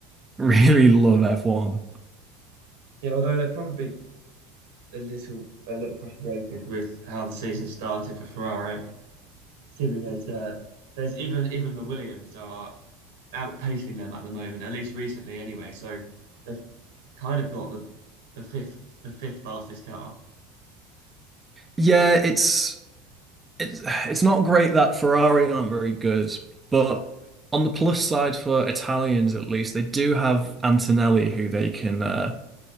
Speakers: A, on the right; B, on the right.
A: really love F1.
B: Yeah, although they're probably a little a little frustrated with how the season started for Ferrari, seeming as uh, there's even even the Williams are outpacing them at the moment, at least recently anyway. So they've kind of got the the fifth the fifth fastest car.
A: Yeah, it's it's it's not great that Ferrari aren't very good, but on the plus side for Italians at least, they do have Antonelli who they can uh,